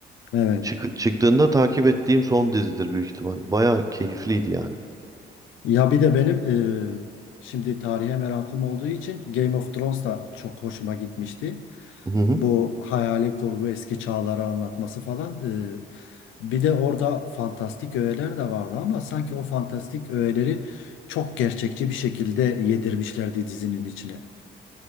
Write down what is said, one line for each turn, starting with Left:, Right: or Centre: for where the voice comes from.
Left: Evet.
Right: Çık- çıktığında takip ettiğim son dizidir büyük ihtimal. Baya keyifliydi yani.
Left: Ya bir de benim e, şimdi tarihe merakım olduğu için Game of Thrones da çok hoşuma gitmişti.
Right: Hı hı.
Left: Bu hayali kurgu eski çağları anlatması falan. e, bir de orada fantastik öğeler de vardı ama sanki o fantastik öğeleri çok gerçekçi bir şekilde yedirmişlerdi dizinin içine.